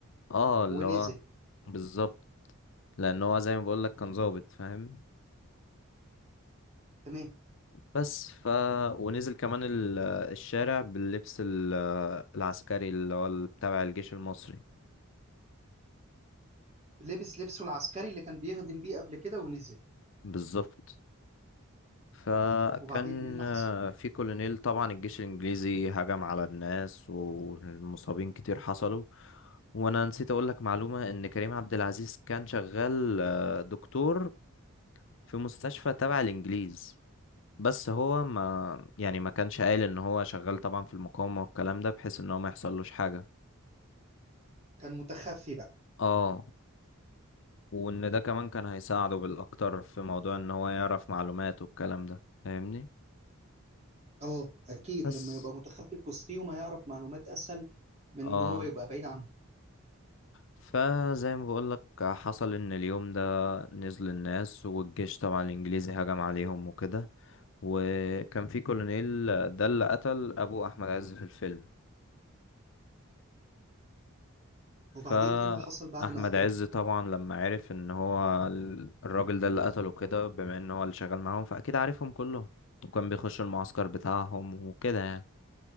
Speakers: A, on the left; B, on the right.
A: اه اللي
B: ونزل
A: هو بالظبط لان هو زي ما بقول لك كان ظابط فاهم
B: تمام
A: بس ف ونزل كمان ال- الشارع باللبس ال- العسكري اللي هو ال- تبع الجيش المصري
B: لبس لبسه العسكري اللي كان بيخدم بيه قبل كده ونزل
A: بالظبط فكان
B: وبعدين ايه اللي
A: آه،
B: حصل
A: في كولونيل طبعا الجيش الإنجليزي هجم على الناس والمصابين كتير حصلوا وأنا نسيت أقولك معلومة إن كريم عبد العزيز كان شغال آه، دكتور في مستشفى تبع الإنجليز بس هو ما يعني ما كانش قايل إن هو شغال طبعا في المقاومة والكلام ده بحيث إن هو ما يحصلوش حاجة
B: كان متخفي بقى
A: اه وإن ده كمان كان هيساعده بالأكتر في موضوع إن هو يعرف معلومات والكلام ده فاهمني
B: اه اكيد
A: بس
B: لما يبقى متخفي في وسطيهم هيعرف معلومات اسهل من
A: اه
B: ان هو يبقى بعيد عنه
A: فزي ما بقولك حصل ان اليوم ده نزل الناس والجيش طبعا الانجليزي هجم عليهم وكده وكان في كولونيل ده اللي قتل ابو احمد عز في الفيلم
B: وبعدين
A: فاحمد
B: ايه اللي حصل بعد ما قتله
A: عز طبعا لما عرف ان هو ال- الراجل ده اللي قتله كده بما ان هو اللي شغال معاهم فاكيد عارفهم كلهم وكان بيخش المعسكر بتاعهم وكده يعني